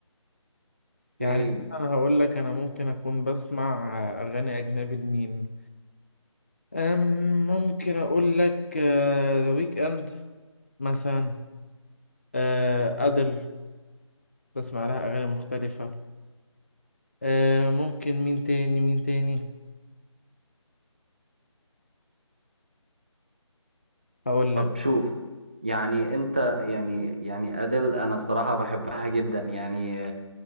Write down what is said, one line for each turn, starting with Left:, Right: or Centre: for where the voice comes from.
Left: يعني
Right: اوكي
Left: مثلا هقول لك أنا ممكن أكون بسمع أغاني أجنبي لمين أم، ممكن أقول لك ذا ويك إند مثلا آه، أدل بسمع لها أغاني مختلفة آه، ممكن مين تاني مين تاني هقول
Right: طب
Left: لك
Right: شوف يعني انت يعني يعني ادل انا بصراحة بحبها جدا يعني